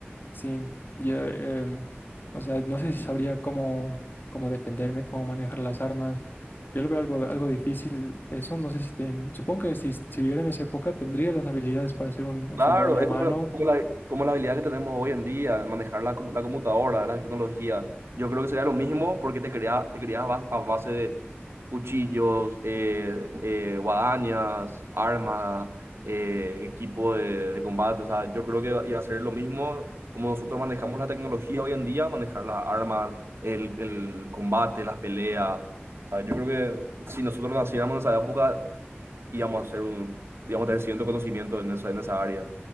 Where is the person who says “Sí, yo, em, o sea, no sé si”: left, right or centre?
Left